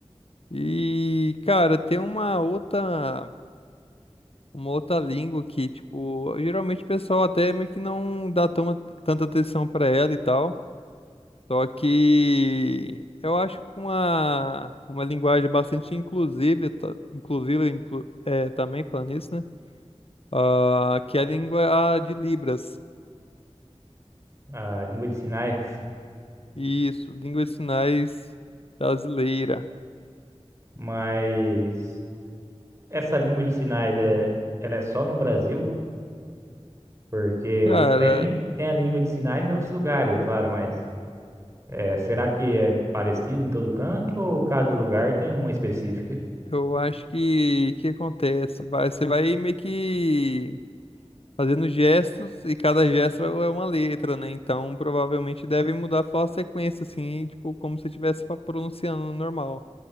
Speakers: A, on the left (about 60°); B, on the right (about 25°).
A: E, cara, tem uma outra, uma outra língua que, tipo, geralmente o pessoal até meio que não dá tão, tanta atenção pra ela e tal. Só que eu acho que uma, uma linguagem bastante inclusiva, ta- inclusiva inclu- é, também falando isso, né? Ah, que é a língua de Libras.
B: a língua de sinais,
A: Isso, língua de sinais brasileira.
B: mas essa língua de sinais é, ela é só no Brasil? Porque
A: Cara,
B: tipo, tem, tem a língua de sinais em outros lugares, é claro, mas é, será que é parecido em todo canto ou cada lugar tem uma específica?
A: eu acho que que acontece? Vai, você vai meio que fazendo gestos e cada gesto é uma letra, né? Então provavelmente deve mudar só a sequência, assim, tipo, como se estivesse fa- pronunciando normal.